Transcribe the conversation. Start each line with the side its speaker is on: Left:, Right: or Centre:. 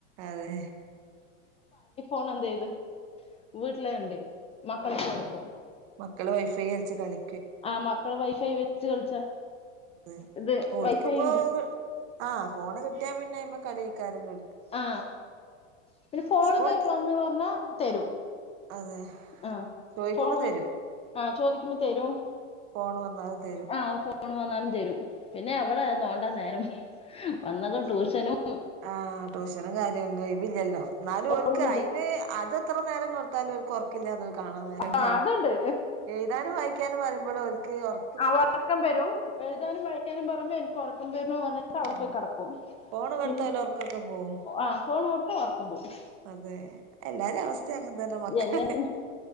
Right: അതെ
Left: പൊണം ചെയ്ത്. വീട്ടില ഇണ്ട്. മക്കൾക്ക് കൊടുക്കും.
Right: മക്കളെ വൈഫൈ കളിച്ച കളി
Left: ആഹ് മക്കളെ വൈഫൈ വെച്ച് കളിച്ച.
Right: അതെ.
Left: ഇത്
Right: ഓൽക്കിപ്പോ
Left: വൈഫൈ ഉണ്ട്
Right: ആഹ് ഫോണ് കിട്ട്യാ പിന്നെ അയ്മെ കള്യേക്കാരെലെ
Left: ആ പിന്നെ ഫോണ്ക്ക്
Right: സ്കൂൾട്ട്
Left: വന്ന് പറ്ഞ്ഞാ തരും.
Right: അതെ
Left: ആഹ്
Right: ചോയിക്കുമ്പോ
Left: ഫോൺ
Right: തരും
Left: ആഹ് ചോയ്ക്കുമ്പ തരും.
Right: ഫോണ് വന്നാല് തരും
Left: ആഹ് <unintelligible> മൂണ് വന്നാലും തരും പിന്നെ അവിടെ നോണ്ട നേരം വന്നത് ട്യൂഷനും
Right: ആ ട്യൂഷനും കാര്യംന്നും ഒഴവില്ലല്ലോ എന്നാലും
Left: ഒഴിവില്ല
Right: ഒക്ക് അതിന് അത് എത്ര നേരം കൊ ടുത്താലുംക്ക് ഉറക്കില്ലാതെ കാണാ നേരണ്ടാവും
Left: ആഹ് അതുണ്ട്
Right: എഴുതാനും വായിക്കാനും വരുമ്പോഴ ഓല്ക്ക് ഉർ
Left: ആ ഉറക്കം വരും എഴുതാനും വായിക്കാനും പറുമ്പോ എനിക്ക് ഉറക്കം വരും വന്നിട്ട് അവിടെ
Right: ഉം
Left: പോയി കടക്കും
Right: ഫോണ് കൊടുത്താല്
Left: പിന്നെ
Right: ഒർക്കൊക്കെ പോവും
Left: ആഹ് ഫോൺ കൊടുത്തഉറക്കംമ്പോവും
Right: അതെ എല്ലാരും അവസ്ഥ അങ്ങെ തന്നെ മക്കളെ
Left: എല്ലാത്തിനും